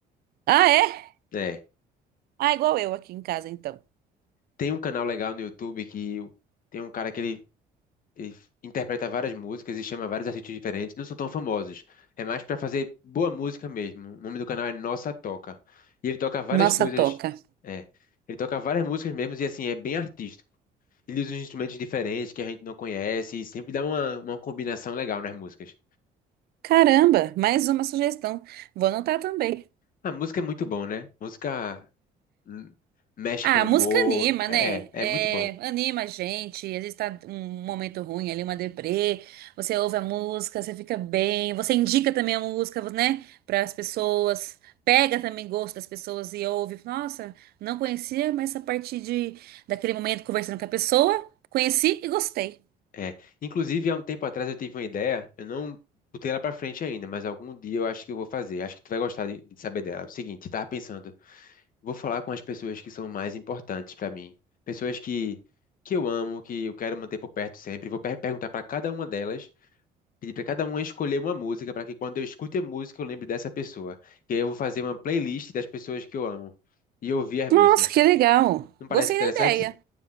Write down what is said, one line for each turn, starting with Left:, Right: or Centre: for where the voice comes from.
Right: Ah, é?
Left: É.
Right: Ah, igual eu aqui em casa, então.
Left: Tem um canal legal no YouTube que o- tem um cara que ele, ele interpreta várias músicas e chama vários artistas diferentes. Não são tão famosos. É mais pra fazer boa música mesmo. O nome do canal é Nossa Toca. E ele toca várias
Right: Nossa,
Left: coisas.
Right: toca.
Left: É. Ele toca várias músicas mesmo e assim, é bem artístico. Ele usa uns instrumentos diferentes que a gente não conhece e sempre dá uma, uma combinação legal nas músicas.
Right: Caramba, mais uma sugestão. Vou anotar também.
Left: A música é muito bom, né? Música hum, mexe
Right: Ah,
Left: com o
Right: a música
Left: humor.
Right: anima,
Left: É,
Right: né?
Left: é
Right: É,
Left: muito bom.
Right: anima a gente. Às vezes tá um momento ruim ali, uma deprê. Você ouve a música, você fica bem. Você indica também a música, né? Para as pessoas. Pega também gosto das pessoas e ouve. Nossa, não conhecia, mas a partir de, daquele momento conversando com a pessoa, conheci e gostei.
Left: É, inclusive, há um tempo atrás eu tive uma ideia, eu não botei ela pra frente ainda, mas algum dia eu acho que eu vou fazer. Acho que tu vai gostar de, de saber dela. É o seguinte, eu tava pensando, vou falar com as pessoas que são mais importantes pra mim, pessoas que que eu amo, que eu quero manter por perto sempre. Vou per- perguntar pra cada uma delas, pedir pra cada uma escolher uma música pra que quando eu escute a música eu lembre dessa pessoa. E aí eu vou fazer uma playlist das pessoas que eu amo e ouvir as músicas.
Right: Nossa, que legal.
Left: Não parece
Right: Gostei
Left: interessante?
Right: da ideia.